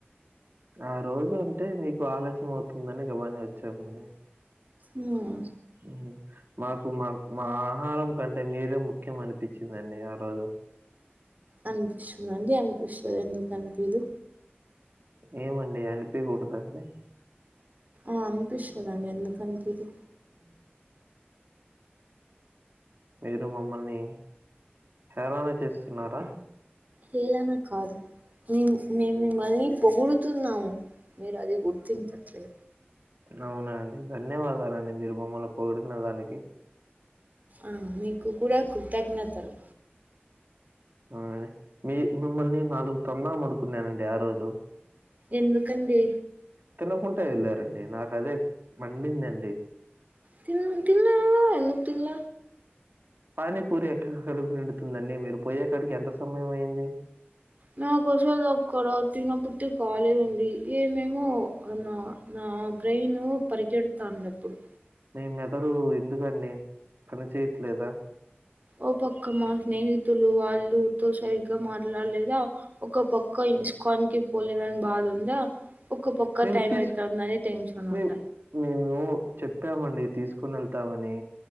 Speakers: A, on the right; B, on the right.
A: ఆరోజు అంటే మీకు ఆలస్యం అవుతుందని గబని వచ్చామండి
B: ఉమ్మ్
A: మ్మ్ఉమ్మ్ మాకు మా మా ఆహారం కంటే మీరే ముఖ్యం అనిపిచిందండి ఆరోజు
B: అనిపిస్తుదండి అనిపిస్తాది ఎందుకు అనిపిదు
A: ఏమండి అనిపియాకూడదండి
B: ఆ అనిపిస్తుదండి ఎందుకు అనిపిదు
A: అ మీరు మమ్మల్ని హేళన చేస్తున్నారా
B: హేళన కాదు మేం మేము మిమ్మల్ని పొగుడుతున్నాము మీరు అది గుర్తించట్లే
A: అవునా అండి ధన్యవాదాలండి మీరు మమ్మల్ని పొగుడుతున్న దానికి
B: ఆ మీకు కూడా కృతజ్ఞతలు
A: అవునండి మీ మిమ్మల్ని నాలుగు తొందాము అనుకున్నానండి ఆరోజు
B: ఎందుకండి
A: తినకుంటా ఎళ్ళారండి నాకు అదే మండిందండి
B: తిన తిన్నా కదా ఎందుకు తిన్ల
A: పానీపూరి ఎక్కడ కడుపు నిండుతుందండి మీరు పోయేసరికి ఎంత సమయం అయింది
B: నాకు అసలు అక్కడ తినబుట్టి కాలేదండి ఏమేమో అన్నా నా బ్రెయిన్ పరిగెడుతాంది అప్పుడు
A: మీ మెదడు ఎందుకండి పని చేయట్లేదా
B: ఓ పక్క మా స్నేహితులు వాళ్ళుతో సరిగ్గా మాట్లాడలేదా ఒక పక్క ఇస్కాన్‌కి పోలేదని బాధుందా ఒక ప క్క
A: మేము
B: టైం
A: తీసు
B: అయితోందని టెన్షన్
A: మేము
B: ఉండ
A: మేము చెప్పామండి తీసుకుని ఎళ్తామని